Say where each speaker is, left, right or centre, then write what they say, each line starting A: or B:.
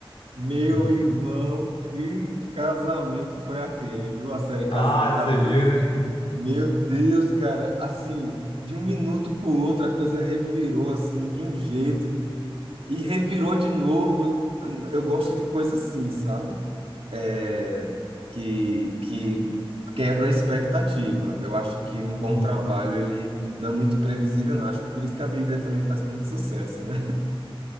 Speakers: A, on the right (about 80°); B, on the left (about 75°).
A: Meu
B: Uhum.
A: irmão, que casamento foi aquele, viu? A série Casa
B: Ah,
A: de Davi.
B: você viu, né?
A: Meu Deus, cara, assim, de um minuto pro outro a coisa revirou assim de um jeito. E revirou de novo. Eu, eu gosto de coisa assim, sabe? É, que, que quebra a expectativa. Eu acho que um bom
B: Uhum.
A: trabalho, ele não é muito previsível, não. Acho que por isso que a Bíblia também faz tanto sucesso, né?